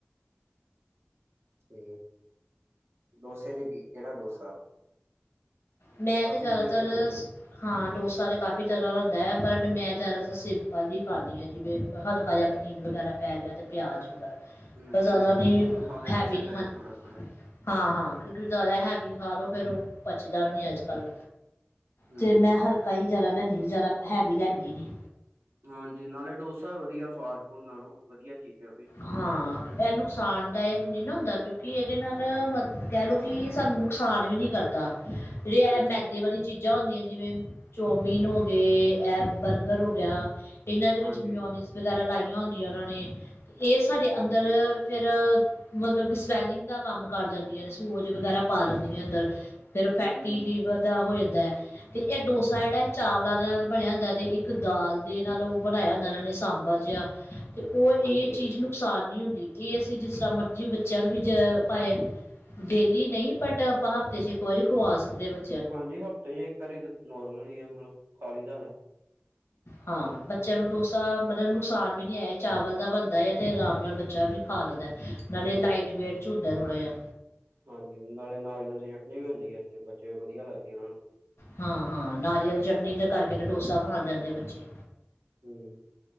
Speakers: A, on the right (about 75°); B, on the left (about 75°).
A: ਤੇ ਡੋਸੇ ਚ ਕੀ, ਕਿਹੜਾ ਡੋਸਾ?
B: ਮੈਂ
A: ਕਾਫੀ
B: ਤੇ ਜ਼ਿਆਦਾਤਰ
A: ਤਰੀਕੇ ਦੇ ਹੁੰਦੇ
B: ਸ ਹਾਂ ਡੋਸਾ ਤਾਂ ਕਾਫ਼ੀ ਤਰ੍ਹਾਂ ਦਾ ਹੁੰਦਾ ਐ ਪਰ ਮੈਂ ਜ਼ਿਆਦਾਤਰ ਸਿੰਪਲ ਹੀ ਖਾਂਣੀ ਆ ਜਿਵੇਂ ਹਲਕਾ ਜਾ ਪਨੀਰ ਵਗੈਰਾ ਪੈ ਗਿਆ ਤੇ ਪਿਆਜ਼ ਵਗੈਰਾ।
A: ਆ
B: ਮੈਂ ਜ਼ਿਆਦਾ
A: ਸਿੰਪਲ
B: ਨੀ
A: ਮਸਾਲੇ
B: ਹੈਵੀ
A: ਡੋਸੇ
B: ਨੀ
A: ਟਾਈਪ
B: ਖਾਂਦੀ।
A: ਥੋੜਾ, ਥੋੜਾ
B: ਹਾਂ-ਹਾਂ, ਕਿਉਂਕਿ ਜ਼ਿਆਦਾ ਹੈਵੀ ਖਾ ਲੋ ਫ਼ੇਰ ਉਹ ਪਚਦਾ ਵੀ ਨ੍ਹੀਂ ਅੱਜ ਕੱਲ੍ਹ
A: ਹੂੰ।
B: ਤੇ ਮੈਂ ਹਲਕਾ ਹੀ ਜ਼ਿਆਦਾ ਲੈਂਣੀ ਜ਼ਿਆਦਾ ਹੈਵੀ ਲੈਂਦੀ ਨੀ
A: ਹਾਂਜੀ, ਨਾਲ਼ੇ ਡੋਸਾ ਵਧੀਆਂ ਫਾਸਟ ਫੂਡ ਨਾਲੋਂ ਵਧੀਆਂ ਚੀਜ਼ ਐ ਉਹ ਵੀ
B: ਹਾਂ, ਇਹ ਨੁਕਸਾਨ-ਦਾਇਕ ਨ੍ਹੀਂ ਨਾ ਹੁੰਦਾ ਕਿਉਂਕਿ ਇਹਦੇ ਨਾਲ ਮਤ ਕਹਿ ਲੋ ਕਿ ਸਾਨੂੰ ਨੁਕਸਾਨ ਵੀ ਨੀ ਕਰਦਾ ਜਿਹੜੇ
A: ਹੂੰ
B: ਇਹ ਮੈਦੇ ਵਾਲੀ ਚੀਜਾ ਹੁੰਦੀਆ ਜਿਵੇ ਚੋਮੀਨ ਹੋ ਗਏ ਇਹ ਬਰਗਰ ਹੋ ਗਿਆ। ਇਹਨਾ ਦੇ
A: ਹਾਂਜੀ,
B: ਵਿੱਚ ਮਿਓਨੀਜ਼ ਵਗੈਰਾ ਲਾਈਆ ਹੁੰਦੀਆ ਉਹਨਾ ਨੇ ਇਹ ਸਾਡੇ
A: ਹਾਂਜੀ।
B: ਅੰਦਰ ਫੇਰ ਮਤਲਬ ਕਿ ਸਵੈਲਿੰਗ ਦਾ ਕੰਮ ਕਰ ਜਾਦੀਆ ਨੇ ਸੋਜ ਵਗੈਰਾ ਪਾ ਦਿੰਦੀਆ ਅੰਦਰ ਫੇਰ ਫੈਟੀ
A: ਹਾਂਜੀ,
B: ਲੀਵਰ ਦਾ ਹੋ ਜਾਦਾ ਐ। ਤੇ ਇਹ ਡੋਸਾ ਜਿਹੜਾ ਚਾਵਲਾ ਦੇ ਨਾਲ ਬਣਿਆ ਹੁੰਦਾ ਤੇ ਇੱਕ ਦਾਲ ਦੇ ਨਾਲ ਉਹ ਬਣਾਇਆ ਹੁੰਦਾ ਇਹਨਾ ਨੇ ਸਾਬਰ ਜਿਹਾ। ਤੇ ਉਹ ਇਹ
A: ਹਾਂਜੀ,
B: ਚੀਜ ਨੂੰ ਨੁਕਸਾਨ ਨੀ ਹੁੰਦੀ ਇਹ ਅਸੀ ਜਿਸ ਤਰ੍ਹਾਂ ਮਰਜੀ ਬੱਚਿਆ ਨੂੰ ਵੀ ਜ ਪਾਇਆ ਡੇਲੀ ਨਹੀ ਬਟ ਆਪਾ ਹਫਤੇ ਚ ਇੱਕ ਵਾਰੀ ਖਵਾ ਸਕਦੇ ਆ ਬੱਚ
A: ਹਾਂਜੀ, ਹਫਤੇ ਚ ਇਕ ਵਾਰ ਤਾ ਨੋਰਮਲ ਈ ਆ, ਮਲਬ ਖਾ ਲੀ ਦੈ
B: ਹਾ ਬੱਚਿਆ ਨੂੰ ਡੋਸ ਮਤਲਬ ਨੁਕਸਾਨ ਵੀ ਨਹੀ ਐ, ਚਾਵਲ ਦਾ ਬਣਦਾ ਏ ਤੇ ਆਰਾਮ ਨਾਲ ਬੱਚਾ ਵੀ ਖਾ ਲੈਦਾ ਐ। ਨਾਲੇ ਲਾਈਟ ਵੇਟ ਚ ਹੁੰਦਾ ਥੋੜ੍ਹਾ ਜਿਹਾ।
A: ਹਾਂਜੀ, ਨਾਲੇ ਨਾਰੀਅਲ ਦੀ ਚਟਨੀ ਵੀ ਹੁੰਦੀ ਐ, ਬੱਚੇ ਨੁ ਵਧੀਆ ਲੱਗਦੀ ਉਹਨਾ ਨੂੰ।
B: ਹਾਂ-ਹਾਂ, ਨਾਰੀਅਲ ਚਟਨੀ ਦੇ ਕਰਕੇ ਤੇ ਡੋਸਾ ਖਾਣ ਜਾਦੇ ਏ ਬੱਚੇ।
A: ਹੁੰ।